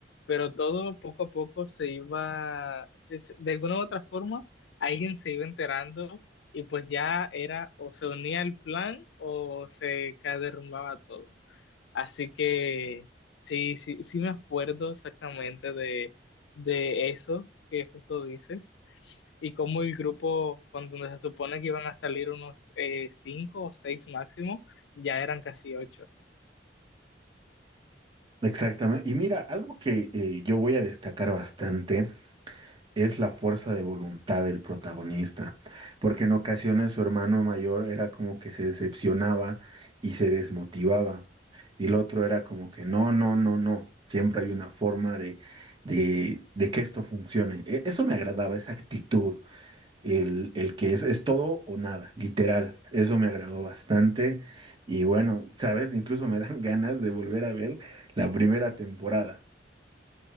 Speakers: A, on the left; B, on the right.
A: Pero todo poco a poco se iba, se- se- de alguna u otra forma, alguien se iba enterando y pues ya era o se unía al plan o se ca- derrumbaba todo. Así que sí, sí, sí me acuerdo exactamente de, de eso que justo dices y cómo el grupo, cuando se supone que iban a salir unos eh, cinco o seis máximo, ya eran casi ocho.
B: Exactamente. Y mira, algo que eh, yo voy a destacar bastante es la fuerza de voluntad del protagonista, porque en ocasiones su hermano mayor era como que se decepcionaba y se desmotivaba, y el otro era como que no, no, no, no, siempre hay una forma de, de, de que esto funcione. E- Eso me agradaba, esa actitud el, el que es, es todo o nada, literal. Eso me agradó bastante. Y bueno, sabes, incluso me dan <laughs> ganas de volver a ver la primera temporada.